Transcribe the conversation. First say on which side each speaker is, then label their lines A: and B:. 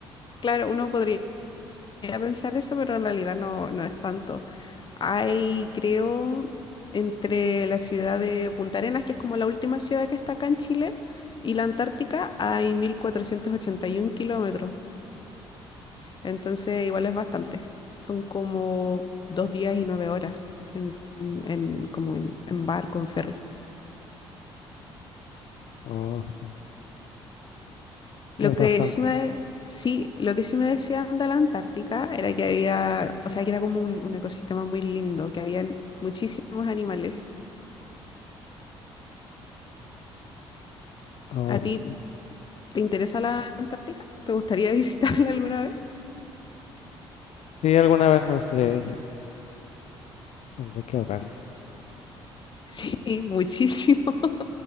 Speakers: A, on the left; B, on the left.
A: Claro, uno podría a pensar eso, pero en realidad no, no es tanto. Hay, creo, entre la ciudad de Punta Arenas, que es como la última ciudad que está acá en Chile, y la Antártica, hay 1481 kilómetros. Entonces, igual es bastante. Son como dos días y nueve horas en, en- como en, en barco, en ferry.
B: Oh, sí, es,
A: Lo
B: es
A: que
B: bastante.
A: sí me, sí, lo que sí me decían de la Antártica era que había, o sea, que era como un, un ecosistema muy lindo, que habían muchísimos animales.
B: Oh,
A: ¿A
B: pues,
A: ti
B: sí,
A: te interesa la la Antártica? ¿Te gustaría <laughs> visitarla alguna vez?
B: sí, alguna vez me gustaría ir. Tendré que ahorrar.
A: Sí, muchísimo, <laughs>